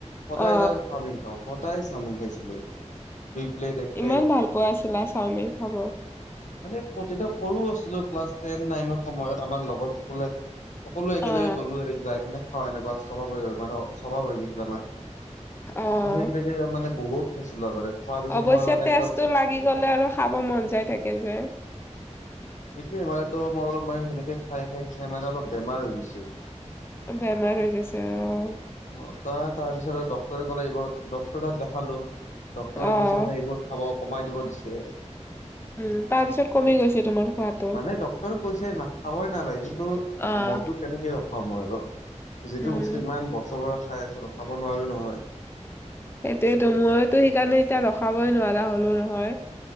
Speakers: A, on the left; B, on the left.
A: সদায়
B: অ
A: যাওঁ চাওমিন খাও সদায় চাওমিন খাইছিলো দুই প্লেট এক প্লেট
B: ইমান ভাল পোৱা আছিলা চাওমিন খাব
A: মানে তেতিয়া সৰুও আছিলো ক্লাছ টেন নাইনৰ সময়ত আমাৰ লগৰ সকলে সকলো একেলগে
B: অ
A: গ'লো এ যাই পিনে খাওঁ এনেকুৱা চব মানে সভাব হৈ গৈছিল আমাৰ
B: অ
A: ত' সেই তেনেকে মানে বহুত খাইছিলো আগতে খোৱাৰ পিছত
B: অৱশ্যে
A: মই মানে
B: তেষ্টটো
A: একদম
B: লাগি গলে আৰু খাব মন যাই থাকে যে
A: এইতোৱে মান তো মোৰ অলপ মানে সেনেকে খাই খাই খাই মানে অলপ বেমাৰ হৈ গৈছিল
B: বেমাৰ হৈ গৈছে অ
A: অ তাৰ তাৰপিছত ডক্টৰে কলে এইবোৰ ডক্টৰ দেখালো ডক্টৰে
B: অ',
A: কৈছে মানে এইবোৰ খাব কমাই দিব দিছে
B: উম তাৰ পিছত কমি গৈছে তোমাৰ খোৱাদ
A: মানে ডক্টৰে কৈছে না খাবই নালাগে কিন্তু
B: অ'।
A: মনটো কেনেকে ৰখা মই আৰু যিটো
B: উম,
A: বস্তু ইমান বছৰপৰা খাই আছো ৰখাব নোৱাৰো নহয়
B: সেইটোয়েতো মইতো সেইকাৰণে এতিয়া ৰখাবই নোৱাৰা হলো নহয়